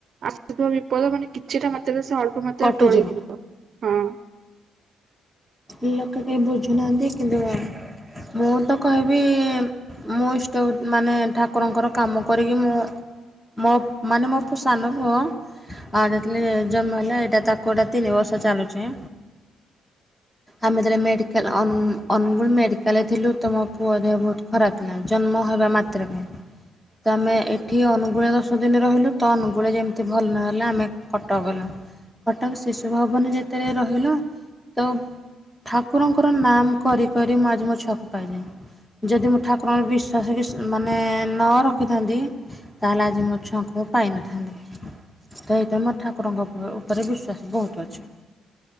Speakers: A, on the right; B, in the centre.
A: ଆସୁଥିବ ବିପଦ ମାନେ କିଛିଟା ମାତ୍ରା ରେ ସେ ଅଳ ଅଳ୍ପ ମାତ୍ରାରେ
B: କଟିଯିବ।
A: ଟଳିଯିବ, ହଁ।
B: ଲୋକେ କେହି ବୁଝୁନାହାନ୍ତି କିନ୍ତୁ, ମୁଁ ତ କହିବି ମୁଁ ଇଷ୍ଟ ମାନେ ଠାକୁରଙ୍କର କାମ କରିକି ମୁଁ ମୋ ମାନେ ମୋ ସାନ ପୁଅ ଆ ଯେତେବେଳେ ଜନ୍ମ ହେଲା ଏଇଟା ତାକୁ ଏଇଟା ତିନି ବର୍ଷ ଚାଲୁଛି। ଆମେ ଯେତେବେଳେ ମେଡ଼ିକାଲ ଅନ୍ ଅନୁଗୁଳ ମେଡ଼ିକାଲରେ ଥିଲୁ ତ ମୋ ପୁଅ ଦେହ ବହୁତ ଖରାପଥିଲା ଜନ୍ମ ହେବା ମାତ୍ରକେ। ତ ଆମେ ଏଠି ଅନୁଗୁଳୁ ରେ ଦଶ ଦିନ ରହିଲୁ। ତ ଅନୁଗୁଳରେ ଯେମିତି ଭଲ ନହେଲା ଆମେ କଟକ ଗଲୁ। କଟକ ଶିଶୁ ଭବନରେ ଯେତେବେଳେ ରହିଲୁ ତ ଠାକୁରଙ୍କର ନାମ କରି କରି ମୁଁ ଆଜି ମୋ ଛୁଆକୁ ପାଇଯାଇଛି। ଯଦି ମୁଁ ଠାକୁରଙ୍କ ଉପରେ ବିଶ୍ଵାସ କି ମାନେ ନ ରଖିଥାନ୍ତି ତାହେଲେ ଆଜି ମୋ ଛୁଆଙ୍କୁ ମୁଁ ପାଇନଥାନ୍ତି। ତ ହେଇଥିପାଇଁ ମୋର ଠାକୁରଙ୍କ ଉପରେ ବିଶ୍ୱାସ ବହୁତ ଅଛି।